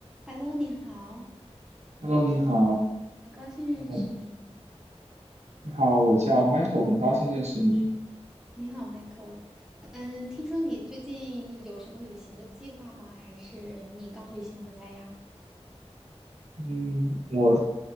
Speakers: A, in the centre; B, on the right.
A: Hello，你好，
B: OK，Hello，你好，
A: 很高兴认识你。
B: 呃，你好，我叫 Michael，很高兴认识你。
A: 你好，Michael。嗯，听说你最近有什么旅行的计划吗？还是你刚旅行回来呀？
B: 嗯，我